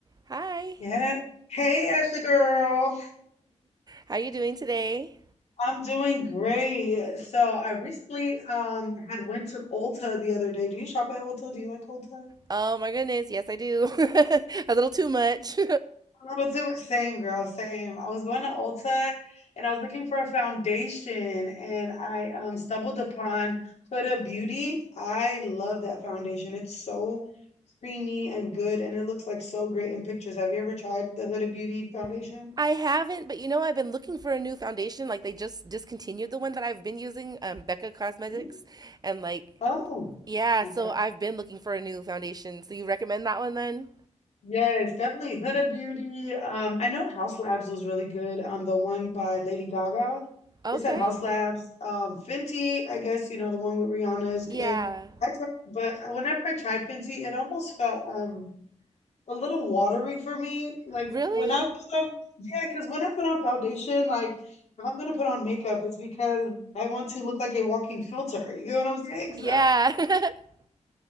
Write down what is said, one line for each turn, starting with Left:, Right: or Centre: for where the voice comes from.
Right: Hi.
Left: Yeah. Hey, Ashley girl.
Right: How you doing today?
Left: I'm doing great. So I recently um had went to Ulta the other day. Do you shop at Ulta? Do you like Ulta?
Right: Oh my goodness, yes I do. <laughs> a little too much.
Left: A little too much. Same girl, same. I was going to Ulta and I was looking for a foundation and I um stumbled upon Huda Beauty. I love that foundation. It's so creamy and good and it looks like so great in pictures. Have you ever tried the Huda Beauty foundation?
Right: <laughs> I haven't, but you know I've been looking for a new foundation. Like they just discontinued the one that I've been using, um, Becca Cosmetics,
Left: Mm.
Right: and like
Left: Oh,
Right: yeah,
Left: okay.
Right: so I've been looking for a new foundation. So you recommend that one then?
Left: Yes, definitely Huda Beauty. Um, I know House Labs was really good. Um, the one by Lady Gaga.
Right: Okay.
Left: It's at House Labs. Um, Fenty, I guess, you know, the one with Rihanna is
Right: Yeah.
Left: good. I tr but whenever I tried Fenty, it almost felt um a little watery for me. Like
Right: Really?
Left: when I put on, yeah, because when I put on foundation, like if I'm gonna put on makeup, it's because I want to look like a walking filter. You know what I'm saying? So
Right: Yeah. <laughs>